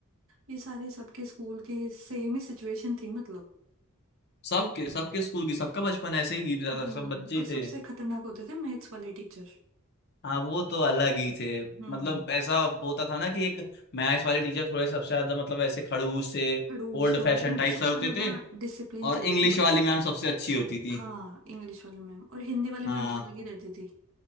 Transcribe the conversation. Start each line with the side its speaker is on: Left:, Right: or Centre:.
Right: ये सारे सबके स्कूल की सेम ही सिचुएशन थी मतलब
Left: सबके सबके स्कूल की सबका बचपन ऐसे ही की-
Right: हम्म
Left: सब बच्चे ही
Right: और
Left: थे
Right: सबसे खतरनाक होते थे मैथ्स वाले टीचर
Left: हाँ वो तो अलग ही थे
Right: हम्म
Left: मतलब ऐसा होता था ना कि एक मैथ्स वाले टीचर थोड़े सबसे ज्यादा मतलब ऐसे खड़ूस से
Right: खड़ूस
Left: ओल्ड
Right: हाँ
Left: फैशन
Right: उनको
Left: टाइप
Right: सबसे
Left: सर होते
Right: ज्यादा
Left: थे
Right: डिसिप्लिन
Left: और
Right: चाहिए
Left: इंग्लिश
Right: थे बच्चों
Left: वाली
Right: में
Left: मैम सबसे अच्छी होती थी
Right: हाँ इंग्लिश वाले मैम और हिंदी वाली
Left: हाँ
Right: मैम तो अलग ही रहती थी